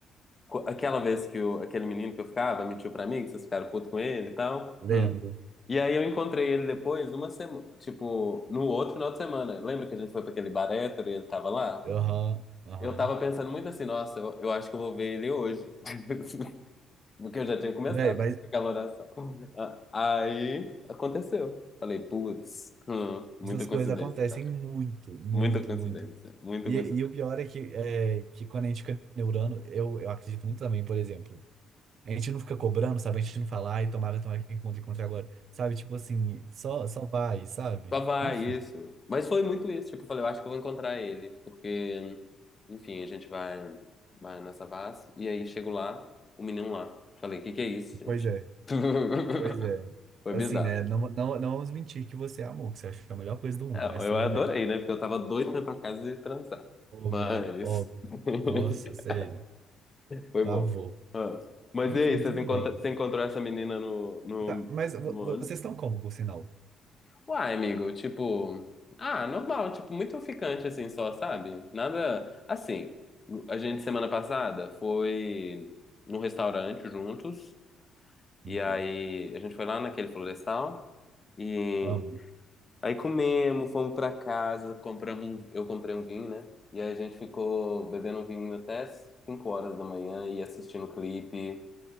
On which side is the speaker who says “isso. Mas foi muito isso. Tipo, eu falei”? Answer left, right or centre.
Left